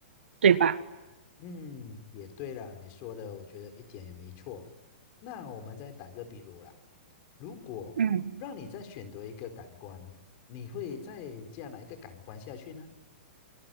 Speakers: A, on the right; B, on the left.
A: 对吧？
B: 嗯，也对啦，你说的我觉得一点也没错。那我们再打个比如啦，如果让你再选择一个感官，
A: 嗯
B: 你会再加哪一个感官下去呢？